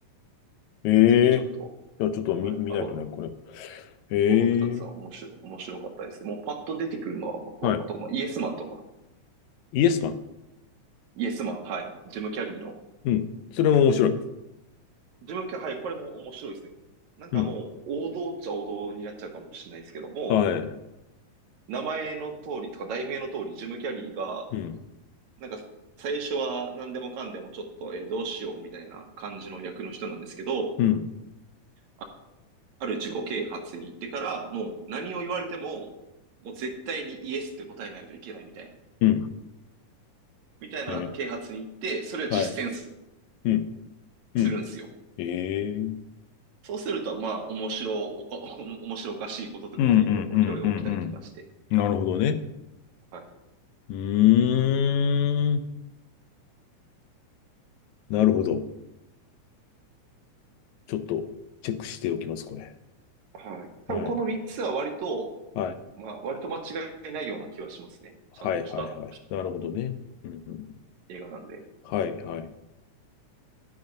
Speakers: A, on the left; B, on the right.
A: ええじゃあちょっと見、
B: ぜひちょっと、はい。
A: 見ないとね、
B: アバ、
A: これ。ええ
B: この二つは面白い、面白かったですね。もうパッと出てくるのは僕は、
A: はい。
B: あと、まあ、イエスマンとか、
A: イエスマン。
B: イエスマン、はい。ジム・キャリーの、
A: うん。それも面白い。
B: ジム・キャリー、はい、これも面白いですね。なんかもう、
A: うん。
B: 王道っちゃ王道になっちゃうかもしれないですけども、
A: はい。
B: 名前の通りとか題名の通り、ジム・キャリーが、
A: うん、
B: なんか最初は何でもかんでもちょっと、えーどうしようみたいな感じの役の人なんですけど、
A: うん、
B: あある自己啓発に行ってからもう何を言われても、もう絶対にイエスって答えないといけないみたいな、
A: うん。
B: みたいな啓発に行って、
A: ええ
B: それを実践す
A: はい。うん、うん。
B: するんですよ。
A: ええうん
B: そうすると、まあ、面白おか、<laughs> おも面白おかしいこととかがいろいろいろ起きたりとかして。
A: うんうんうんなるほどね。
B: はい。
A: うーん。なるほど。ちょっとチェックしておきます、これ。
B: はい。多分この3つは割と、
A: はい。はい。
B: まあ、割と間違いないような気はしますね。
A: はい、
B: ちゃんとした
A: はい、はい。なるほどね。うんうん、
B: 映画なんで。
A: はい、はい。